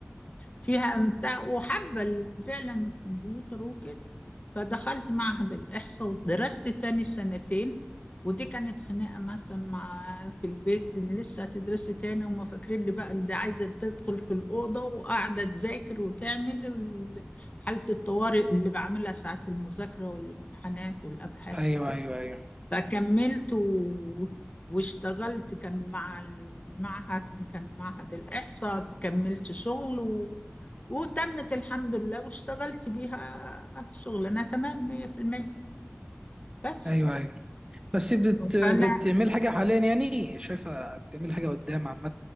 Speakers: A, on the left; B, on the right.
A: فيها أمتع وحابة ال- فعلا الكمبيوتر وكده فدخلت معهد الإحصاء ودرست تاني سنتين ودي كانت خناقة مثلا مع في البيت لسه هتدرسي تاني هما فاكرين لي بقى اللي عايزة تدخل في الأوضة وقاعدة تذاكر وتعمل ال- حالة الطوارئ اللي بعملها ساعات المذاكرة والامتحانات والأبحاث
B: أيوه أيوه أيوه
A: فكملت و... واشتغلت كان مع المعهد كان معهد الإحصاء كملت شغل و... وتمت الحمد لله واشتغلت بيها شغلانة تمام مية في المية بس
B: أيوه أيوه بس بت... بتعمل
A: فأنا
B: حاجة حاليا يعني شايفة بتعمل حاجة قدام عامة